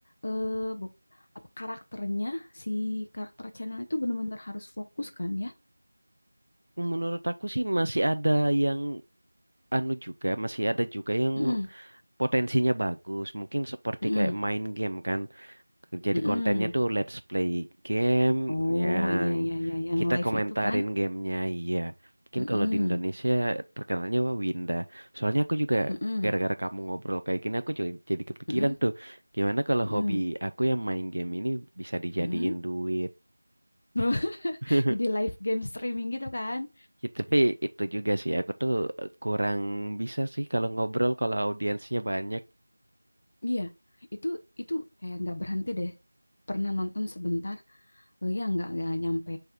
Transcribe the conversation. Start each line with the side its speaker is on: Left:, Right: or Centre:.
Left: eh buk, apa karakternya si karakter channel itu bener-bener harus fokus kan ya?
Right: Menurut aku sih masih ada yang anu juga, masih ada juga yang
Left: Mm-mm,
Right: potensinya bagus. Mungkin seperti
Left: mm-mm,
Right: kayak main game kan. Jadi
Left: mm-mm.
Right: kontennya tuh let's play game
Left: Oh
Right: yang
Left: iya iya iya yang
Right: kita
Left: live
Right: komentarin
Left: itu kan?
Right: gamenya. Iya. Mungkin
Left: Mm-mm,
Right: kalau di Indonesia terkenalnya wah Winda. Soalnya aku juga
Left: mm-mm,
Right: gara-gara kamu ngobrol kayak gini aku juga jadi kepikiran
Left: mm-mm,
Right: tuh. Gimana kalau
Left: mm-mm,
Right: hobi aku yang main game ini bisa dijadiin
Left: mm-mm.
Right: duit.
Left: <laughs>
Right: <laughs>
Left: Jadi live game streaming gitu kan?
Right: Ya, tapi itu juga sih, aku tuh kurang bisa sih kalau ngobrol kalau audiensnya banyak.
Left: Iya, itu itu kayak nggak berhenti deh. Pernah nonton sebentar, eh, ya nggak nggak nyampe